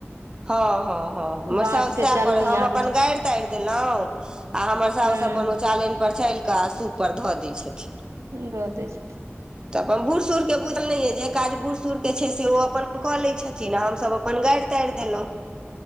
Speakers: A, on the right; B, on the right.
A: हँ हँ हँ हमर
B: बाँस
A: साउस
B: के
A: सएह
B: चलनी
A: करै हम
B: आबै
A: अपन
B: छै
A: गारि तारि देलौ आ हमर सासुस
B: हूं
A: अपन ओ चालनि पर चालि कऽ आ सूपपर धऽ दै छथिन
B: द दै छथिन
A: तऽ अपन बूढ़ सूढ़ के बुझने य जे काज बूढ़ सूढ़ के छै से ओ अपन कऽ लै छथिन आ हमसभ अपन गारि ताड़ि देलो